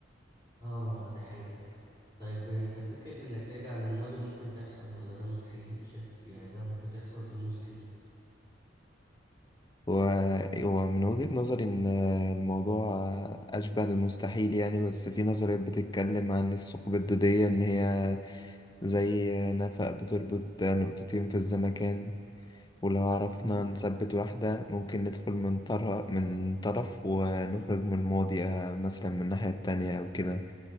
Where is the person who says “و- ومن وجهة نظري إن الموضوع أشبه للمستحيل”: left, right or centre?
Left